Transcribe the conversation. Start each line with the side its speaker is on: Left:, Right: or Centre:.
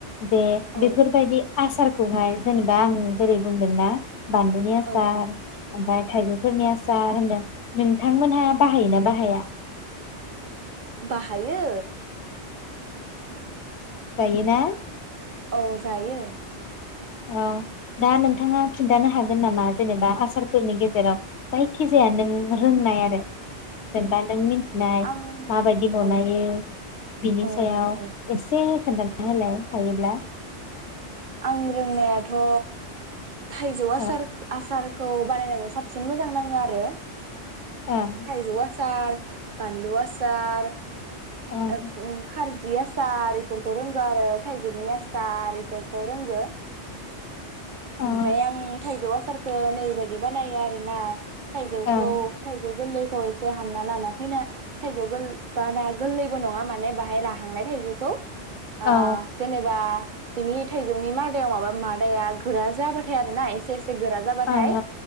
Left: जे
Right: औ
Left: बेफोरबायदि आसारखौहाय जेनेबा आं जेरै बुंदोंना बानलु
Right: औ
Left: सार
Right: औ
Left: ओमफाय थाइजौफोरनि आसार होनदों नोंथांमोनहा बाहायोना बाहाया?
Right: बाहायो
Left: जायो ना?
Right: औ जायो।
Left: औ दा नोंथाङा खिन्थानो हागोन नामा? जेनेबा आसारफोरनि गेजेराव जायखिजाया नों रोंनाय आरो जेनेबा नों मिन थिनाय
Right: आं
Left: माबायदि बनायो
Right: औ
Left: बिनि
Right: औ
Left: सायाव
Right: औ
Left: एसे <unintelligible> हायोब्ला
Right: आं रोंनायाथ' थायजौ
Left: औ
Right: आसारख आसार खौ बानायनानै साबसिन मोजां नाङो आरो।
Left: ओं
Right: थायजौ आ सार बानलु आसार
Left: ओं
Right: ओ ओ खारजि जि आसार इफोरखौ रोंगौ आरो थाइगिरनि आसार इ फोरखौ रोंगो
Left: ओं
Right: ओमफ्राय आं थाइजौ आसारखौ नैबायाददि बानायो आरो ना थाइजौखौ
Left: ओं
Right: थाइजौ गोरलै खौ एसे हानना लाना फैना थाइजौ गोल बारा गोल्लैबो नङा माने बाहाय राहांनाय थायजौखौ आ
Left: औ
Right: जेनेबा बिनि थाइजौनि मादायाव माबा मादाया गोरा जाबाथाय आर ना एसे एस एसे गोरा जाबाथाय
Left: औ ओं